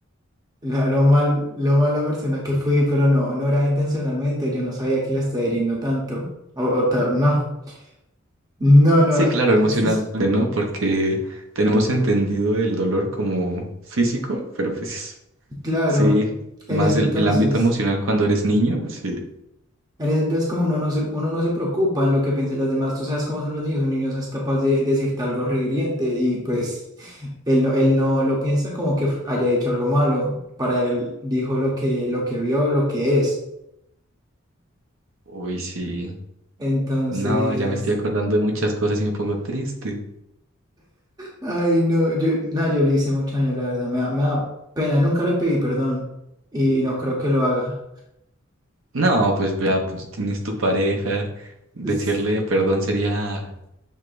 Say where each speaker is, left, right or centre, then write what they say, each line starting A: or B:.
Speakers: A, on the right; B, on the right.
A: la- lo mal, lo mala persona que fui, pero no, no era intencionalmente. Yo no sabía que la estaba hiriendo tanto. O, o ta- no, no, no,
B: Sí,
A: e-
B: claro,
A: e,
B: emocionalmente,
A: eso es
B: ¿no? Porque tenemos entendido el dolor como físico, pero pues
A: claro.
B: sí, más
A: En ese
B: el,
A: entonces.
B: el ámbito emocional cuando eres niño, sí.
A: En ese entonces como uno no se, uno no se preocupa en lo que piensen los demás, tú sabes cómo son los niños, un niño es capaz de decirte algo rehiriente y pues él no, él no lo piensa como que fu- haya hecho algo malo, para él dijo lo que, lo que vio, lo que es.
B: Uy, sí.
A: Entonces,
B: No, ya me estoy acordando de muchas cosas y me pongo triste.
A: ay no, yo, no, yo le hice mucho daño, la verdad, me da, me da pena, nunca le pedí perdón y no creo que lo haga.
B: No, pues ya pues, tienes tu pareja. Decirle
A: Es-
B: perdón sería...